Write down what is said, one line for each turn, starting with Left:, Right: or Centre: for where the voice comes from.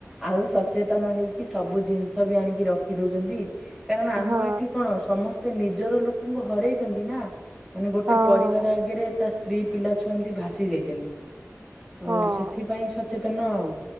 Centre: ଆଉ ସଚେତନ ହେଇକି ସବୁ ଜିନିଷ ବି ଆଣିକି ରଖି ଦଉଛନ୍ତି। କାରଣ ଆମ
Right: ହଁ
Centre: ଏଠି କଣ ସମସ୍ତେ ନିଜର ଲୋକଙ୍କୁ ହରେଇଛନ୍ତି ନା। ମାନେ ଗୋଟେ
Right: ହଁ
Centre: ପରିବାର ଆଗରେ ତା ସ୍ତ୍ରୀ ପିଲା ଛୁଆ ଏମିତି ଭାସି ଯାଇଛନ୍ତି। ତ
Right: ହଁ।
Centre: ସେଥିପାଇଁ ସଚେତନ ଆଉ।